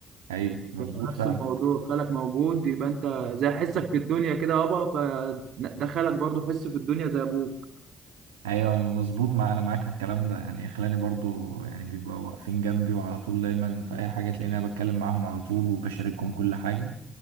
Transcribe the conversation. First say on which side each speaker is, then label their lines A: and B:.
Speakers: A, on the right (about 85°); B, on the right (about 65°).
A: ايوه مظبوط
B: هو
A: فعلا
B: نفس الموضوع خالك موجود يبقى انت زي حسك في الدنيا كده يابا فدخلك برضه حس في الدنيا زي ابوك
A: ايوه انا مظبوط مع انا معاك في الكلام ده يعني خلاني برضو يعني بيبقوا واقفين جنبي وعلى طول دايما في اي حاجه تلاقيني انا بتكلم معاهم على طول وبشاركهم كل حاجه